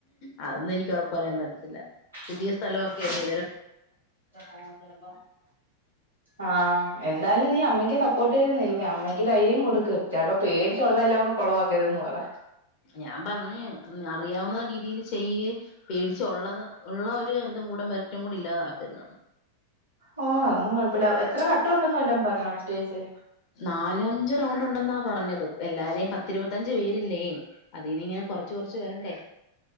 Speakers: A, on the left; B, on the right.
A: അതൊന്നും <unintelligible>
B: <unintelligible>
A: സ്ഥലമൊക്കെയല്ലേ
B: സ്ഥലൊക്കെ
A: ഇതുവരെ
B: പോകുമ്പോ ചെലപ്പോ ആഹ് എന്തായാലും നീ അമ്മയ്ക്ക് സപ്പോർട്ട് ചെയ്തു ന്നില്ല് അമ്മയ്ക്ക് ധൈര്യം കൊടുക്ക് ചിലപ്പോ പേടിച്ചു ഉള്ള എല്ലാം കൂടെ കുളവാക്കരുതന്ന് പറ
A: ഞാൻ പറഞ്ഞ് അറിയാവുന്ന രീതിയിൽ ചെയ്യ്. പേടിച്ച ഉള്ളത് ഉള്ള ഒരു ഇതും കൂടെ മെറിറ്റും കൂടെ ഇല്ലാതാക്കരുതന്ന്
B: ഓ ഒന്നും കുഴപ്പില്ല എത്ര കഘട്ടം ഉണ്ടന്ന വല്ല പറഞ്ഞോ സ്റ്റേജ്
A: നാല അഞ്ച റൗണ്ട് ഉണ്ടെന്നാ പറഞ്ഞത് എല്ലാരേും പത്തിരുപത്തഞ്ച് പേരില്ലേ അതിനി ഇങ്ങനെ കൊറച്ച് കുറച്ച് വരണ്ടേ